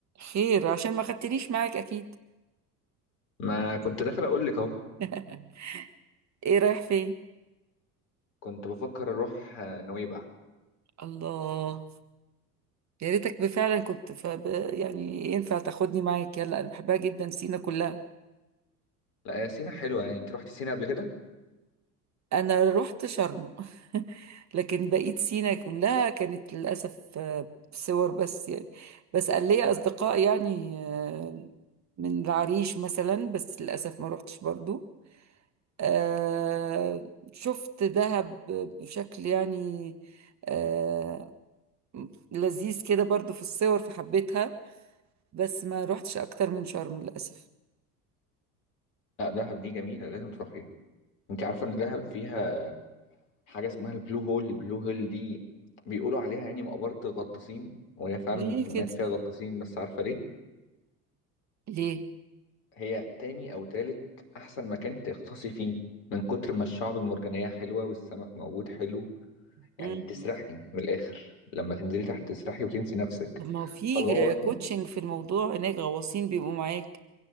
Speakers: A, on the right (about 35°); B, on the left (about 60°).
A: خير عشان ما خدتنيش معاك اكيد
B: ما كنت داخل أقولك أهو
A: <laughs> ايه رايح فين
B: كنت بفكر أروح آه، نويبع
A: الله يا ريتك فعلا كنت فب... يعني ينفع تاخدني معاك يلا انا بحبها جدا سينا كلها
B: لا يا سينا حلوة يعني أنت روحتي سينا قبل كده؟
A: انا رحت شرم <laughs> لكن بقيت سينا كلها كانت للاسف آه، صور بس يعني بس قال لي اصدقاء يعني آه، من العريش مثلا بس للاسف ما رحتش برضو آه شفت دهب بشكل يعني آه لذيذ كده برضو في الصور فحبيتها بس ما روحتش اكتر من شرم للاسف
B: لا دهب دي جميلة لازم تروحيها أنت عارفة إن دهب فيها حاجة اسمها البلو هول البلو هول دي بيقولوا عليها يعني مقبرة الغطاسين وهي فعلا
A: ليه
B: في-
A: كده
B: مات فيها غطاسين بس عارفة ليه؟
A: ليه
B: هي تاني أو تالت أحسن مكان تغطسي فيه من كتر ما الشعب المرجانية حلوة والسمك موجود حلو يعني
A: مم.
B: بتسرحي من الآخر لما تنزلي تحت تسرحي وتنسي نفسك
A: طب ما هو في
B: فالغواصين
A: كوتشنج في الموضوع هناك غواصين بيبقوا معاك